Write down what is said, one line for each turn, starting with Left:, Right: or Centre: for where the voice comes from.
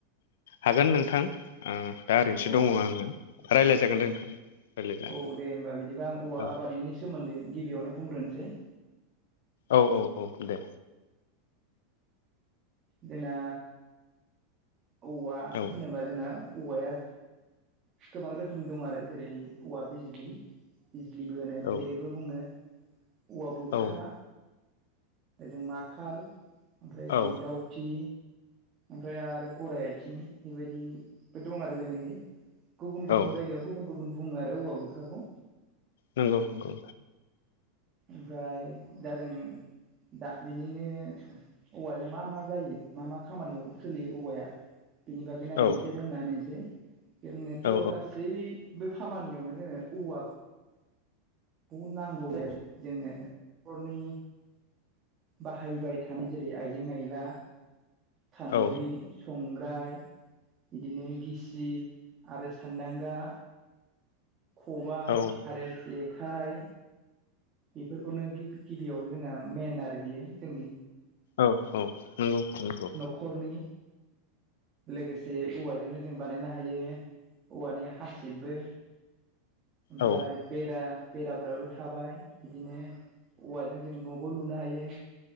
Left: हागोन नोंथां दा ओरैनोसो
Right: औ
Left: दङ आङो रायज्लाय जागोन दे नोंथां रायज्लाय जागोन
Right: औ दे होनोमबा बिदिबा आं औवा
Left: औ
Right: आबादनि सोमोन्दै गिबियावनो बुंग्रोनोसै
Left: औ औ औ दे
Right: जोंना औवा
Left: औ
Right: होनोबा जोंना औवाया गोबां रोखोमनि दं आरो जेरै औवा बिजलि बिजलिबो होनो
Left: औ
Right: थेरे बेबो बुङो औवा बुरखा
Left: औ
Right: जों नाखाल ओमफ्राय जों
Left: औ
Right: जावथि ओमफ्राय आरो गराइ आथिं बेबायदिबो दं आरो जायनाखि गुबुन गुबुन
Left: औ
Right: जायगायाव गुबुन गुबुन बुङो आरो औवा बुरखाखौ
Left: नंगौ नंगौ
Right: ओमफ्राय दा जों दा बिनिनो औवाजों मा मा जायो मा मा खामानियाव सोलियो औवाया बिनि बागैनो आङ
Left: औ
Right: एसे बुंोंना होनसै जोंनोथ'
Left: औ
Right: गासै। बे खामानियावनो जोंनो औवाखौ नांगौ आरोि। जोङो न'खरनि। बाहायबाय थानाय जेरै आइजें आयला सान्द्रि।
Left: औ
Right: संग्राय बिदिनो गिसिब आरो सान्दांगा। खबाय
Left: औ
Right: आरो जेखाइ। बेफोरखौनो गिबियाव जोंना मेन आरो बेयो जोंनि,
Left: औ औ नंगौ नंगौ।
Right: न'खरनि लोगोसे औवाजोंनो जों बानायनो हायो औवानि हासिबबो। ओमफ्राय
Left: औ
Right: बेरा बेराफ्राबो थाबाय। बिदिनो औवाजों जों न'बो लुनो हायो।